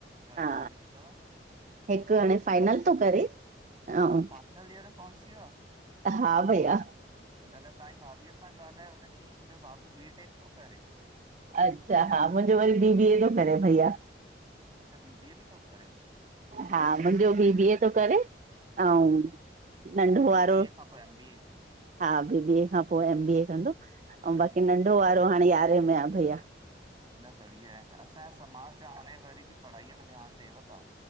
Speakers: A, on the right (about 25°); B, on the right (about 40°).
A: घणे
B: हा
A: साले जो अथव
B: हिक हाणे फाइनल तो करे। ऐं
A: फाइनल इयर पहुची वया
B: हा भैया
A: कल्ह तव्हांजी भाभीअ सां ॻाल्हायो हुन चयईं मुंहिंजो बाबू बी टेक तो करे
B: अच्छा हा मुंहिंजो वरी बी बी ए तो करे भैया।
A: अच्छा बी बी ए भी तो करेव?
B: हा मुंहिंजो भी बी ए थो करे। ऐं नंढो वारो?
A: बी बी ए खां पोइ एम बी ए
B: हा बी बीए खां पोइ एम बी ए कंदो,
A: जी
B: ऐं बाक़ी
A: जी न
B: नंढो
A: बढ़िया
B: वारो
A: आहे,
B: हाणे यारहें में आ भैया।
A: न बढ़िया आहे। असांजे समाज जा हाणे वरी बि पढ़ाईअ में ध्यानु ॾिव था।